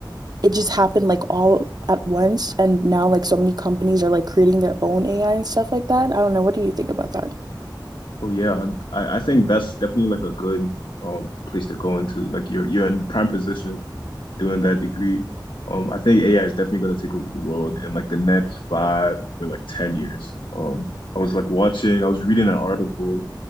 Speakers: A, on the right; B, on the left.
A: it just happened like all at once, and now like so many companies are like creating their own AI and stuff like that. I don't know. What do you think about that?
B: Oh yeah, I, I think that's definitely like a good um place to go into. Like you're you're in prime position doing that degree. Um, I think AI is definitely going to take over the world in like the next five or like ten years. Um, I was like watching, I was reading an article.